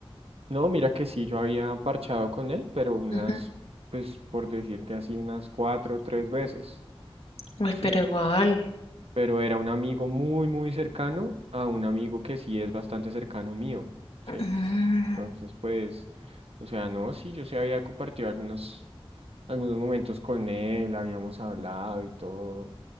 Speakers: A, on the right (about 80°); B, on the left (about 85°).
A: No, mira que sí, yo había parchado con él, pero unas,
B: Ujú.
A: pues por decirte así, unas cuatro o tres veces,
B: Uy,
A: ¿sí?
B: pero igual.
A: Pero era un amigo muy, muy cercano a un amigo que sí es bastante cercano mío, ¿sí?
B: Mm,
A: Entonces, pues, o sea, no, sí, yo sí había compartido algunos, algunos momentos con él, habíamos hablado y todo,